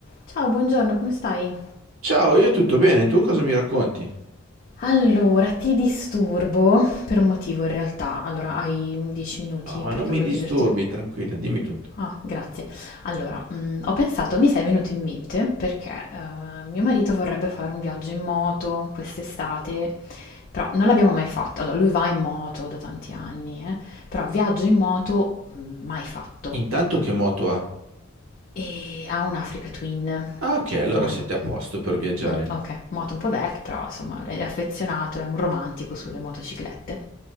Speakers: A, on the left; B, on the right.
A: Ciao, buongiorno, come stai?
B: Ciao, io tutto bene, tu cosa mi racconti?
A: Allora, ti disturbo per un motivo in realtà. Allora, hai un 10 minuti
B: Ah, ma
A: perché
B: non mi
A: volevo
B: disturbi,
A: chiederti.
B: tranquilla, dimmi tutto.
A: Ah, grazie. Allora, mm, ho pensato, mi sei venuto in mente perché eh, mio marito vorrebbe fare un viaggio in moto quest'estate, però non l'abbiamo mai fatto. Allora, lui va in moto da tanti anni, eh, però viaggio in moto mm, mai fatto.
B: Intanto che moto ha?
A: E ha un Africa Twin.
B: Ah, ok,
A: Sì,
B: allora
A: ma-
B: siete
A: mm,
B: a posto
A: mm,
B: per viaggiare.
A: Mm, ok, moto un po' vecchia, però insomma è affezionato, è un romantico sulle motociclette.